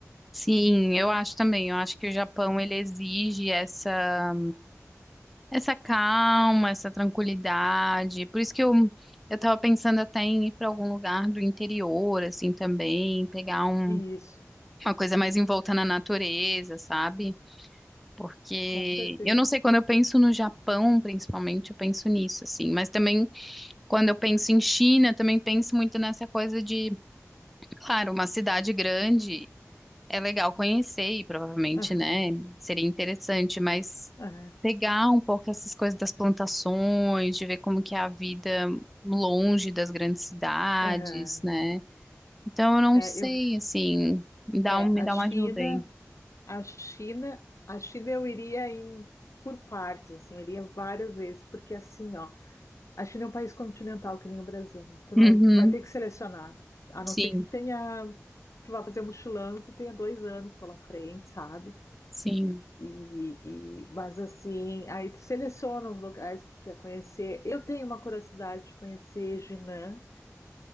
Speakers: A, in the centre; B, on the left (about 70°).
A: sim, eu acho também. Eu acho que o Japão ele exige essa essa calma, essa tranquilidade. Por isso que eu eu tava pensando até em ir para algum lugar do interior assim também, pegar um,
B: Isso,
A: uma coisa mais envolta na natureza, sabe? Porque
B: com certeza.
A: eu não sei quando eu penso no Japão, principalmente, eu penso nisso assim, mas também Quando eu penso em China, também penso muito nessa coisa de, claro, uma cidade grande é legal conhecer e provavelmente,
B: Aham,
A: né, seria interessante, mas
B: aham,
A: pegar um pouco essas coisas das plantações, de ver como que é a vida longe das grandes cidades,
B: aham.
A: né? Então eu não
B: É,
A: sei,
B: eu,
A: assim, me dá
B: é,
A: um, me
B: a
A: dá
B: China,
A: uma ajuda aí.
B: a China, a China eu iria em, por partes, assim, eu iria várias vezes, porque assim, ó, a China é um país continental que nem o Brasil, né? Tu não,
A: Uhum,
B: tu vai ter que selecionar, a não
A: sim,
B: ser que tu tenha, tu vá fazer mochilão e tu tenha dois anos pela frente, sabe?
A: sim.
B: E, e- mas assim, aí tu seleciona os locais que tu quer conhecer. Eu tenho uma curiosidade de conhecer Jinan,